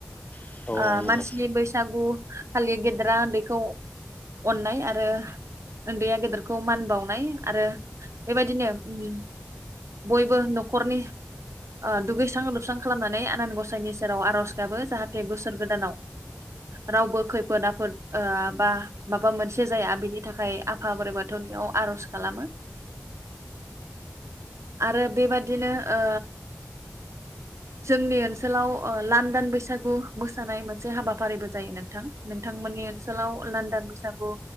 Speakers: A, on the left (about 35°); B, on the right (about 80°).
A: औ औ
B: ओ
A: नंगौ
B: मानसिनि बैसागु बे खालि गेदेरा उन्दैखौ अननाय आरो उन्दैया गेदेरखौ मान बावनाय आरो बेबायदिनो उम बयबो नखरनि ओ दुगैस्रां लोबस्रां खालामनानै आनान गसाइनि सेराव आर'ज गाबो जाहाथे बोसोर गोदानाव रावबो खैफोद आफोद ओ बा माबा मोनसे जाया बिनि थाखाय आफा बोराइ बाथौनियाव आर'ज खालामो आरो बेबादि बिदिनो ओ जोंनि ओनसोलाव लांदां बैसागु मोसानाय मोनसे हाबाफारिबो जायो नोंथां नोंथांमोननि ओनसोलाव लांदां बै सागु